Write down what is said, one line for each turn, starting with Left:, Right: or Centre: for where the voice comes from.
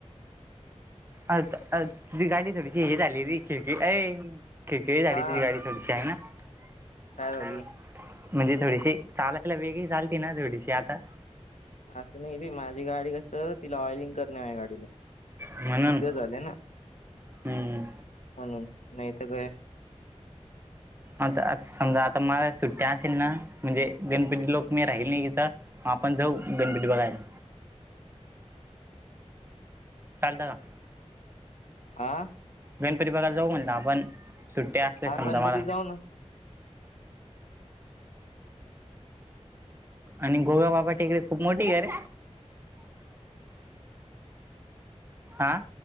Right: अज अज जी गाडीत थोडीशी हे झाली रे खिडकी अय खिडकी हे झाली
Left: हा
Right: झाली तुझी थोडीशी आहे ना- <unintelligible>
Left: काय झाली
Right: म्हणजे थोडीशी चालायला वेगळी झालती ना थोडीशी मग आता
Left: असं नाही रे माझी गाडी कस, तिला ऑइलिंग करणारे गाडीला.
Right: म्हणून
Left: खूप वेळ झाले ना
Right: हम्म
Left: हम नाही तर काय?
Right: आता समजा आता मला सुट्ट्या असेल ना, म्हणजे गणपती लोक नई राहिला यइथं. आपण जाऊ गणपती बघायला. चालत का?
Left: आं?
Right: गणपती बागायला जाऊ म्हणलं आपण सुट्ट्या असले
Left: हा
Right: समजा
Left: गणपतीत
Right: मला
Left: जाऊ ना
Right: आणि गोवा बागा टेकडी खूप मोठी आहे रे आं?